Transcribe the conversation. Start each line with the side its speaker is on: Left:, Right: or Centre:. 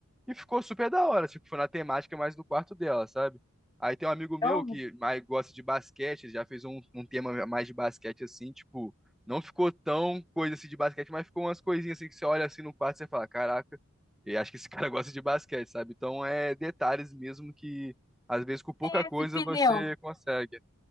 Centre: e ficou super da hora, tipo, foi na temática mais do quarto dela, sabe? Aí tem um amigo meu
Left: Eu
Centre: que mais gosta de basquete, ele já fez um, um tema mais de basquete assim, tipo, não ficou tão coisa assim de basquete, mas ficou umas coisinhas assim que você olha assim no quarto e você fala, caraca, eu acho que esse cara <laughs> gosta de basquete, sabe? Então é detalhes mesmo que às vezes com pouca
Left: tem
Centre: coisa
Left: esse pneu.
Centre: você consegue.